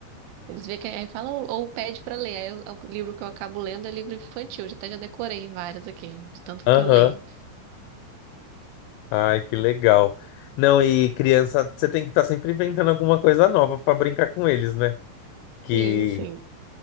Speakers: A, on the right; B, on the left.
A: Eles veem que aí fala ou, ou pede para ler. Aí eu- é o livro que eu acabo lendo é livro infantil. Já até já decorei várias aqui, de tanto
B: Aham.
A: que eu leio.
B: Ai, que legal. Não, e criança, você tem que estar sempre inventando alguma coisa nova pra brincar com eles, né? Que
A: Sim, sim.